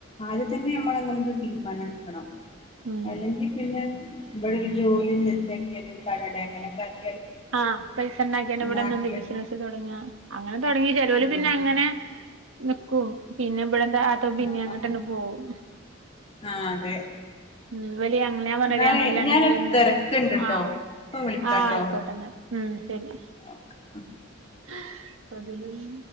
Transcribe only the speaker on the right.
ഉം
ആഹ് പൈസ ഇണ്ടാക്കിയാണ്ട് ഇവടെന്നെ
ബിസിനസ് തൊട്ങ്ങാ അത് തൊട്ങ്ങി ചെലോ ല്
പിന്നങ്ങനെ നിക്കും പിന്നെ ഇബ്ടെ എന്തും ആവാത്ത പ്പം
പിന്നിം അങ്ങോട്ട്ന്നെ
പോകും
ഉം ഇവല് ഞങ്ങ ഞാൻ പറഞ്ഞിലേ
ഞങ്ങൾ ലണ്ടൻല്ണ്ട്
ന്ന് ആ
ആഹ് ആയിക്കോട്ടെ തന്നെ ഉം ശരി
ഹ്‌ പതിനൊന്നു